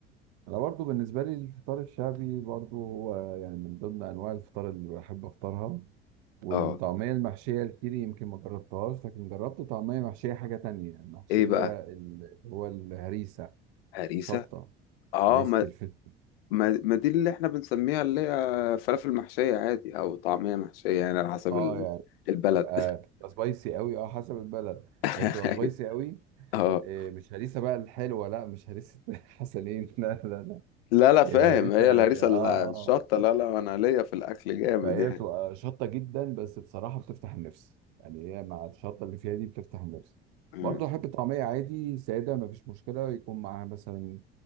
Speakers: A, on the right; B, on the left.
A: انا برضو بالنسبة لي الفطار الشعبي برضو هو يعني من ضمن انواع الفطار اللي بحب افطرها والطعمية
B: اه
A: المحشية الكيري يمكن ما جربتهاش لكن جربت طعمية محشية حاجة تانية محشية
B: إيه بقى
A: ال- اللي هو الهريسة
B: هريسة
A: شطة
B: اه
A: هريسة
B: ما
A: الفلفل
B: ما ما دي اللي احنا بنسميها اللي هي فلافل محشية عادي أو طعمية محشية يعني على حسب
A: اه
B: ال-
A: يعني
B: البلد
A: بتبقى بتبقى سبايسي قوي اه حسب البلد
B: <laughs>
A: هي بتبقى سبايسي قوي
B: اه
A: إيه، مش هريسة بقى الحلوة لا مش هريسة <laughs> حسنين لا لا لا
B: لا لا فاهم
A: هي الهريسة
B: هي
A: اه
B: الهريسة
A: اه
B: الشطة لا لا أنا ليا في الأكل جامد
A: فهي
B: يعني
A: بتبقى شطة جدا بس بصراحة بتفتح النفس يعني هي مع الشطة اللي فيها دي بتفتح النفس
B: مم.
A: برضه أحب طعمية عادي سادة مفيش مشكلة يكون معاها مثلا